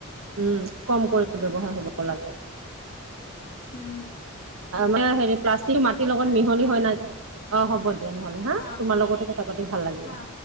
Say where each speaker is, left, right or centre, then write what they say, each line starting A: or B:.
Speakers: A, on the right (about 75°); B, on the left (about 45°).
A: উম, কম কৰি ব্যৱহাৰ হ'ব লাগে।
B: হুম।
A: ম হেৰি প্লাষ্টিক মাটিৰ লগত মিহলি
B: লাগিল
A: হয় নাযায়, অ' হ'ব দিয়া নহ'লে হা,
B: অ
A: তোমাৰ লগতো কথা পাতি ভাল লাগিলে।
B: অ